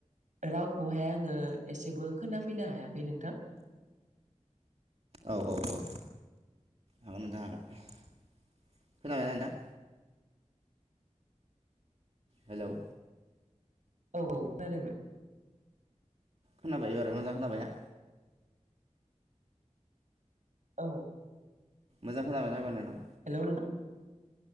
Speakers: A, on the right; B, on the right.
A: रावखौहाय आङो एसेबो खोनाफैनो हायाखै नोंथां।
B: औ औ औ हागोन नोंथां हागोन। खोनाबायना नोंथां? हेलौ
A: औ औ <unintelligible>
B: खोनाबाय एबारो मोजां खोनाबाय ना?
A: औ।
B: मोजां खोनाबाय ना एबार नोंथां?
A: हेलौ नोंथा